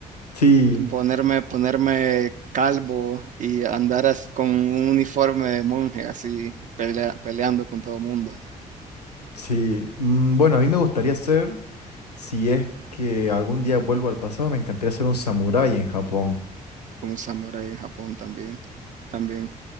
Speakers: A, on the left (about 80°); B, on the right (about 40°).
A: Sí.
B: ponerme, ponerme calvo y andar as- con un uniforme de monje así, pelea- peleando con todo mundo.
A: Sí, mm, bueno, a mí me gustaría ser, si es que algún día vuelvo al pasado, me encantaría ser un samurái en Japón.
B: un samurái en Japón también, también.